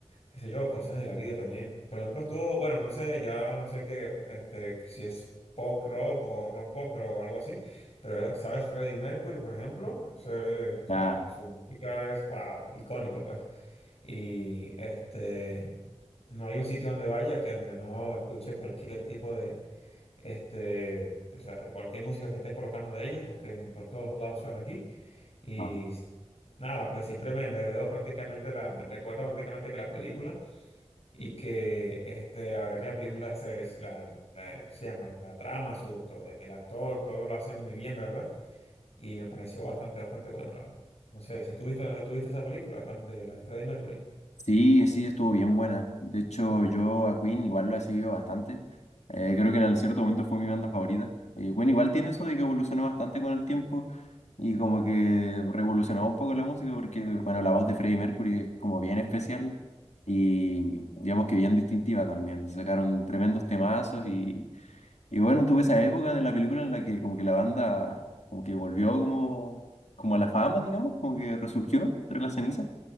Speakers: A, on the left; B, on the left.
A: qué sé yo, cosas de la vida también. Por ejemplo, estuvo, bueno, no sé, ya no sé qué, este, si es pop rock o rock pop, pero algo así. Pero, ¿sabes? Freddie Mercury, por ejemplo, Ese, o sea,
B: Claro,
A: su música es, wow, icónica, pues. Y este, no hay un sitio donde vaya que donde no escuche cualquier tipo de este, o sea, cualquier música que estén colocando de ellos, porque en por todos lados suena aquí. Y
B: no.
A: nada, pues siempre me, me veo prácticamente la, me recuerda prácticamente que la película y que este, la verdad que la película se, la, la- se llama la trama, su, to- el actor, todo lo hacen muy bien, la verdad. Y me pareció bastante, bastante bueno, la verdad. No sé, si tú viste, la- tú viste esa película tam- de la Freddie Mercury.
B: Sí, sí, estuvo bien buena. De hecho, yo a Queen igual lo he seguido bastante. Eh, creo que en cierto momento fue mi banda favorita. Eh, Queen igual tiene eso de que evolucionó bastante con el tiempo y como que revolucionó un poco la música porque, bueno, la voz de Freddie Mercury es como bien especial y digamos que bien distintiva también. Sacaron tremendos temazos y, y bueno, tuve esa época de la película en la que como que la banda como que volvió como, como a la fama, digamos, como que resurgió entre las cenizas.